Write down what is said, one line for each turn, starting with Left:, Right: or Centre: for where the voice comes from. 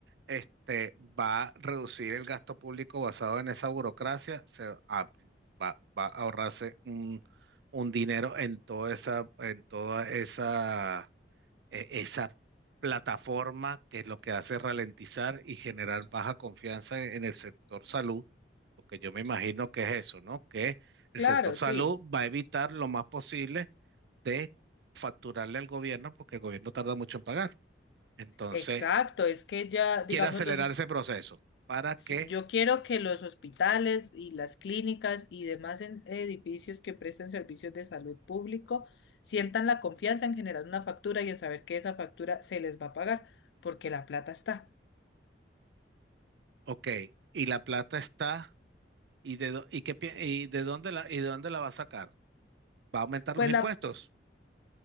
Right: este, va a reducir el gasto público basado en esa burocracia, se va, va- va a ahorrarse un, un dinero en toda esa, en toda esa eh, esa plataforma que es lo que hace ralentizar y generar baja confianza en el sector salud, porque yo me imagino que es eso, ¿no? Que el
Left: claro,
Right: sector salud
Left: sí.
Right: va a evitar lo más posible de facturarle al gobierno, porque el gobierno tarda mucho en pagar. Entonces,
Left: Exacto, es que ya, digamos,
Right: quiere acelerar
Left: los
Right: ese proceso para
Left: Sí,
Right: que,
Left: yo quiero que los hospitales y las clínicas y demás en- edificios que presten servicios de salud público sientan la confianza en generar una factura y en saber que esa factura se les va a pagar, porque la plata está.
Right: ok, y la plata está, ¿y de, dó- y qué pi- y de dónde la, y de dónde la va a sacar? ¿Va a aumentar
Left: Pues
Right: los impuestos?
Left: la